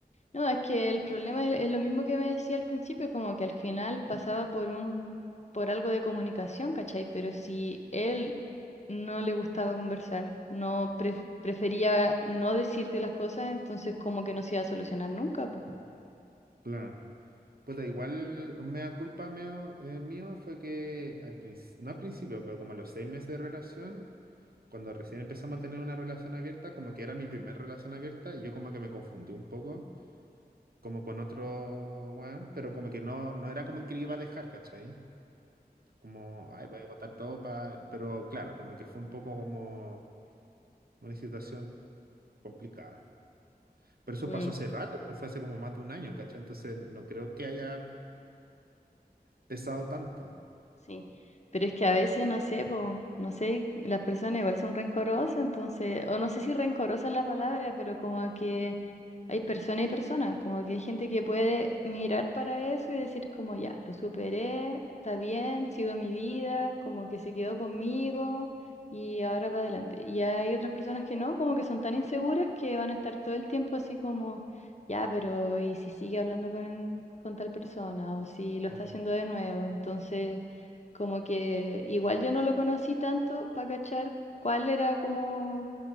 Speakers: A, on the left; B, on the right.
A: No, es que el problema es, es lo mismo que me decía al principio, como que al final pasaba por un, por algo de comunicación, ¿cachai? Pero si él no le gustaba conversar, no pref- prefería no decirte las cosas, entonces como que no se iba a solucionar nunca, pues.
B: claro. Pues igual un mea culpa meo- eh, mío fue que, al princi- no al principio, pero como a los seis meses de relación, cuando recién empezamos a tener una relación abierta, como que era mi primer relación abierta y yo como que me confundí un poco. como con otro weón, pero como que no, no era como que le iba a dejar, ¿cachai? Como, ay, voy a votar todo para... Pero claro, como que fue un poco como una situación complicada. Pero eso
A: Mm.
B: pasó hace rato, pero fue hace como más de un año, ¿cachai? Entonces no creo que haya pesado tanto.
A: Sí, pero es que a veces no sé, po, no sé, las personas igual son rencorosas, entonces, o no sé si rencorosa es la palabra, pero como que hay persona y persona, como que hay gente que puede mirar para eso y decir como ya, lo superé, está bien, sigo mi vida, como que se quedó conmigo y ahora para adelante. Y hay otras personas que no, como que son tan inseguras que van a estar todo el tiempo así como, ya, pero ¿y si sigue hablando con, con tal persona o si lo
B: Claro,
A: está haciendo de nuevo? Entonces... Como que igual yo no lo conocí tanto para cachar cuál era como,